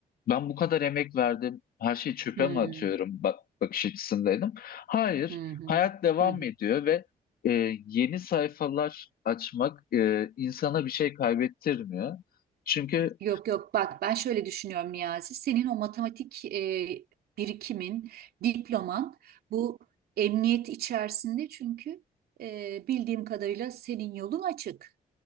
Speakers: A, on the left; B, on the right.
A: ben bu kadar emek verdim. Her şeyi çöpe
B: hmm.
A: mi atıyorum? Bak, bakış açısındaydım. Hayır,
B: Hı hı.
A: hayat devam
B: Hı
A: ediyor ve e, yeni sayfalar açmak e, insana bir şey kaybettirmiyor. Çünkü
B: Yok yok bak ben şöyle düşünüyorum Niyazi. Senin o matematik e, birikimin, diploman bu emniyet içerisinde çünkü e, bildiğim kadarıyla senin yolun açık